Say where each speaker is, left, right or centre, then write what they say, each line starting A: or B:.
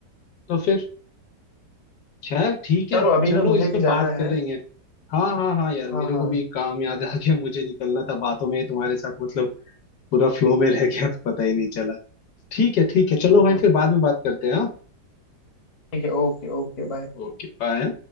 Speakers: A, on the left; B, on the left.
A: तो फिर खैर ठीक
B: चलो
A: है
B: अभी
A: चलो
B: ना मुझे
A: इस पे
B: जाना
A: बात
B: है
A: करेंगे हाँ हाँ हाँ यार
B: हाँ
A: मेरे
B: हाँ
A: को भी एक काम याद आ गया मुझे निकलना था बातों में तुम्हारे साथ मतलब पूरा फ्लो में रह गया तो पता ही नहीं चला ठीक है ठीक है चलो
B: हाँ
A: भाई
B: हाँ
A: फिर बाद में बात करते हैं हाँ
B: ठीक है ओके ओके बाय
A: Okay bye